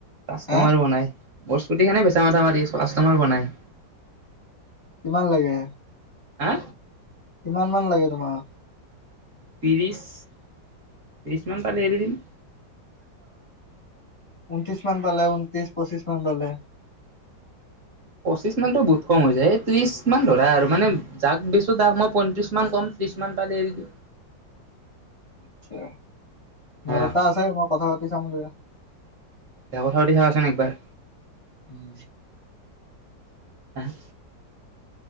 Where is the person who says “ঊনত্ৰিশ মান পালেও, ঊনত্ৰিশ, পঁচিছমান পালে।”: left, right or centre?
Left